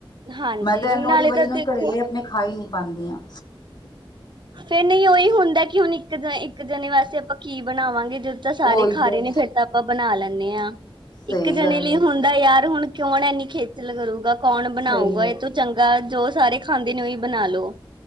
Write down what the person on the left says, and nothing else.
ਮੈਂ ਤਾਂ <unintelligible>
ਦੀ ਵਜ੍ਹਾ
ਨਾਲ
ਕਰੇਲੇ ਆਪਣੇ ਖਾਈ ਨੀ ਪਾਂਦੀ ਆ।
ਉਹੀ
ਤੇ
ਸਹੀ
ਗੱਲ
ਹੈ
ਸਹੀ ਗੱਲ